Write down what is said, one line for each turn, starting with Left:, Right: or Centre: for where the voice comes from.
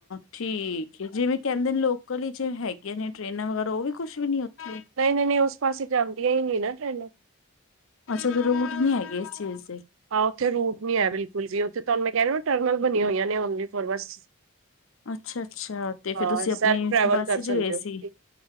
Left: ਠੀਕ ਏ ਜਿਵੇਂ ਕੇਭਦੇ ਨੇ ਲੋਕਲ ਇਚ ਹੈਗੀਆਂ ਨੇ ਟ੍ਰੇਨਾਂ ਵਗੈਰਾ, ਉਹ ਵੀ ਕੁਛ ਵੀ ਨੀ ਉੱਥੇ?
Right: ਨਈ-ਨਈ, ਨਈ ਉਸ ਪਾਸੇ ਜਾਂਦੀਆਂ ਈ ਨਾ ਟ੍ਰੇਨਾ।
Left: ਅੱਛਾ ਫਿਰ ਉਹ ਰੂਟ ਨੀ ਹੈਗੇ ਇਸ ਚੀਜ਼ ਦੇ।
Right: ਹਾਂ, ਉੱਥੇ ਰੂਟ ਨੀ ਹੈ ਬਿਲਕੁਲ ਵੀ, ਉੱਥੇ ਤੁਹਾਨੂੰ ਮੈਂ ਕੈ ਰੂਈ ਟਰਨਲ ਹੋਈਆਂ ਨੇ ਓਨਲੀ ਫੋਰ ਬੱਸ।
Left: ਅੱਛਾ ਅੱਛਾ ਤੇ
Right: ਹਾ,
Left: ਫਿਰ ਤੁਸੀਂ
Right: ਸੈਲਫ
Left: ਆਪਣੀ
Right: ਟਰੈਵਲ
Left: ਬੱਸ
Right: ਕਰ ਸਕਦੇ
Left: ਚ ਗਏ
Right: ਹੋ।
Left: ਸੀ